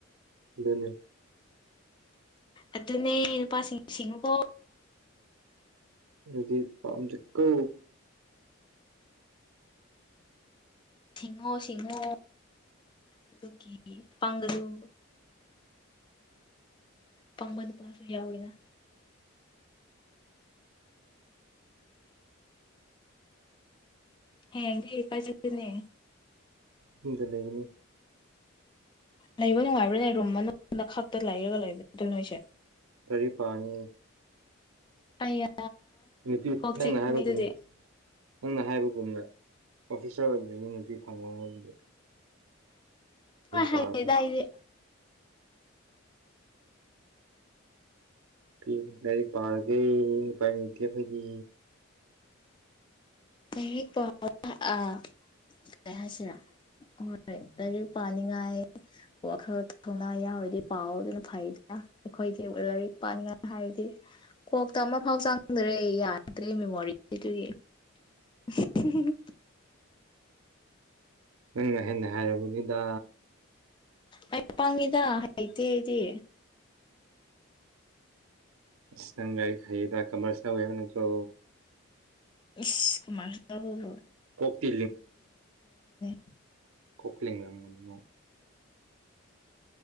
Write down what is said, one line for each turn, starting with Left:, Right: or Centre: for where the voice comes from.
Right: ꯑꯗꯨꯅꯤ
Left: ꯑꯗꯨꯅꯦ ꯅꯨꯄꯥꯁꯤꯡ ꯁꯤꯡꯉꯣ
Right: ꯑꯗꯨꯗꯤ ꯄꯥꯃꯗꯦꯀꯣ
Left: ꯁꯤꯡꯉꯣ ꯁꯤꯡꯉꯣ ꯑꯗꯨꯒꯤ ꯄꯪꯡꯒꯅꯨ ꯄꯪꯃꯟꯕꯥꯁꯨ ꯌꯥꯎꯋꯤꯅ ꯍꯌꯦꯡꯗꯤ ꯀꯥꯢ ꯆꯠꯀꯅꯤ꯫
Right: ꯗ ꯂꯩꯒꯅꯤ꯫
Left: ꯂꯩꯕ ꯅꯨꯡꯉꯥꯏꯕ꯭ꯔꯥꯅꯦ ꯔꯨꯝ ꯃꯅꯨꯡꯗ ꯈꯛꯇ ꯂꯩꯔꯒ ꯂꯩꯕꯅꯤ ꯑꯗꯨ ꯅꯣꯢꯁꯨ
Right: ꯀꯥꯔꯤ ꯄꯥꯅꯤ
Left: <unintelligible>
Right: ꯅꯨꯄꯤ
Left: ꯀꯣꯛ
Right: ꯅꯪꯅ
Left: ꯆꯤꯛꯅꯤ
Right: ꯍꯥꯢꯕꯒꯤꯅꯤ꯫
Left: ꯑꯗꯨꯗꯤ
Right: ꯅꯪꯅ ꯍꯥꯏꯕꯒꯨꯃꯅ <unintelligible>
Left: ꯗꯨꯃꯥꯏ ꯍꯥꯏꯗꯦꯗ
Right: ꯄꯥꯔꯒꯦ
Left: ꯑꯩꯗꯤ
Right: ꯄꯤꯕꯥ ꯈꯔꯁꯦ ꯄꯥꯔꯒꯦ ꯎꯄꯥꯏ ꯂꯩꯇꯦ ꯈꯣꯏꯗꯤ
Left: ꯂꯥꯏꯔꯤꯛ ꯄꯥꯎ ꯑꯥ ꯀꯔꯤ ꯍꯥꯏꯁꯤꯔꯥ ꯍꯣꯏ ꯂꯥꯏꯔꯤꯛ ꯄꯥꯅꯤꯉꯥꯏ ꯋꯥꯈꯜ ꯊꯧꯅꯥ ꯌꯥꯎꯔꯗꯤ ꯄꯥꯎ ꯑꯗꯨꯅ ꯐꯩꯗꯅ ꯑꯩꯈꯣꯏꯒꯤ ꯂꯥꯏꯔꯤꯛ ꯄꯥꯅꯤꯡꯉꯥꯏ ꯍꯥꯏꯔꯗꯤ ꯀꯣꯛꯇ ꯑꯃꯐꯥꯎ ꯆꯪꯗ꯭ꯔꯦ ꯌꯥꯗ꯭ꯔꯦ ꯃꯦꯃꯣꯔꯤꯗꯨꯒꯤ <unintelligible>
Right: ꯅꯪꯅ ꯍꯦꯟꯅ ꯍꯩꯔꯝꯒꯅꯤꯗ
Left: ꯑꯩ ꯄꯪꯉꯤꯗ ꯍꯥꯏꯇꯦ ꯑꯩꯗꯤ꯫
Right: ꯑꯁ ꯅꯪ ꯂꯥꯏꯔꯤꯛ ꯍꯩꯌꯦꯗ ꯀꯃꯥꯔꯁ ꯂꯧꯋꯦ ꯍꯥꯏꯕ ꯅꯠꯇ꯭ꯔꯣ꯫
Left: ꯏꯁ ꯀꯨꯃꯥꯔꯂꯥꯎꯕꯕꯨ
Right: ꯀꯣꯛꯇꯤ
Left: <unintelligible>
Right: ꯀꯣꯛꯂꯤ ꯔꯝꯃꯅꯤ